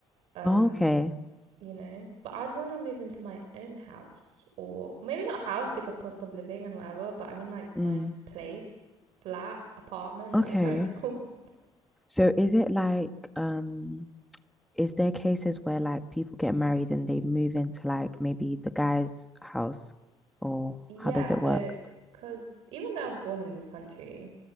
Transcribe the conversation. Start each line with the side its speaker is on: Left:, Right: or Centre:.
Right: um,
Centre: Oh, okay.
Right: you know. But I'd want to move into my own house, or maybe not house because cost of living and whatever. But I mean like
Centre: Mm,
Right: my own place, flat, apartment,
Centre: okay.
Right: whatever it's called. <laughs>
Centre: So is it like um is there cases where like people get married and they move into like maybe the guy's house or
Right: Yeah,
Centre: how does
Right: so
Centre: it work?
Right: because even though I was born in this country,